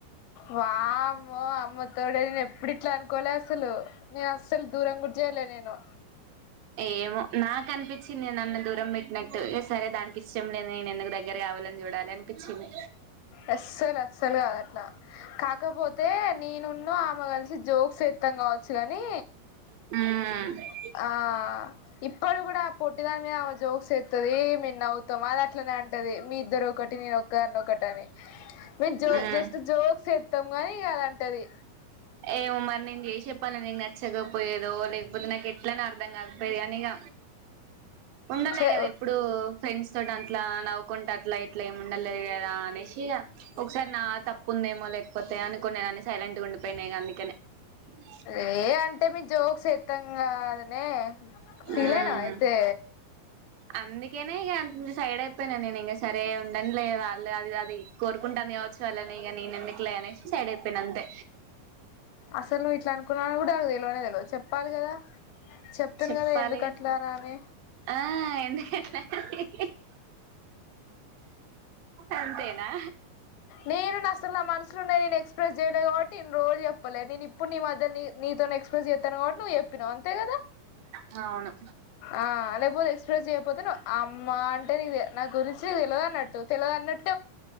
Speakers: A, on the left (about 80°); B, on the right (about 75°).
A: వామ్మో అమ్మత్ తోడే నేన్ ఎప్పుడు ఇట్లా అనుకోలే అస్సలు, నే అస్సల్ దూరం గుడా జేయ్లే నేను
B: ఏమో నాక్ అనిపిచ్చింది నన్ను దూరం పెట్టినట్టు, ఇగ సరే దానికి ఇష్టం లేదు నేను ఎందుకు దగ్గర కావాలని చూడాల్ లనిపిచ్చింది
A: అస్సల్ అస్సల్ గాద్ అట్లా, కాకపోతే నేనున్ను ఆమె గల్సి జోక్స్ ఏత్తాం గావచ్చు గాని
B: హమ్మ్
A: ఆ ఇప్పుడ్ గుడా పొట్టి దాని మీద జోక్స్ ఏత్తది మేం నవ్వుతాం అది అట్లనే అంటది, మీ ఇద్దరు ఒకటి నేను ఒ కాన్ ఒకట్ అని మేము జో
B: ఉమ్
A: జస్ట్ జోక్స్ ఏస్తాం గానీ ఇగ అదంటది.
B: ఏమో మరి నేన్ జేసే పని నీకు నచ్చకపోయేదో, లేక్పోతే నాక్ ఎట్ ఎట్లనో అర్థంగాకపోయేది గని ఇగ, ఉండలే
A: చే
B: గదా ఎప్పుడు ఫ్రెండ్స్ తోట్ అట్లా నవ్వుకుంట అట్లా ఇట్లా ఏమి ఉండలేద్ గాద అనేసి ఇగ ఒకసారి నా తప్పు ఉందేమో లేక్పోతే అనుకునేదాన్ని సైలెంట్ గా ఉండిపోయినా ఇగ అందుకనే అ
A: ఏ అంటే మే జోక్స్ ఎత్తాం గాదానే, ఫీల్
B: మ్మ్
A: అయినా అయితే.
B: అందుకేనే ఇగ సైడ్ అయిపోయినా నేను ఇంక సరే ఉండంలేరా <unintelligible> ది గాది కోరుకుంటాంది కావచ్చు వాళ్ళని ఇగా నేను ఎందుకులే అనేసి సైడ్ అయిపోయిన అంతే
A: అసలు నువ్వు ఇట్లా అనుకున్నావని కూడా నాకు తెలువనే తెలువది చెప్పాలి కదా చెప్తును
B: చెప్పాలిగా
A: కదా ఎందుకు అట్లానా అని
B: ఆ ఎందుకట్లని అంతేనా
A: నేను నా అసలు నా మనసులోన్నేది నేను ఎక్స్ప్రెస్ చేయలే కాబట్టి ఇన్ని రోజులు చెప్పలే నేను ఇప్పుడు నీ మధ్యల్ని నీతోనే ఎక్స్ఫ్రెస్ జేత్తన కాబట్టి నువ్ చెప్పినావు అంతే కదా
B: హావును
A: ఆ లేకపోతే ఎక్స్ప్రెస్ చేయకపోతే నువు అమ్మ అంటే నీదే నా గురించి తెలివద్ అన్నట్టు తెలవదన్నట్టు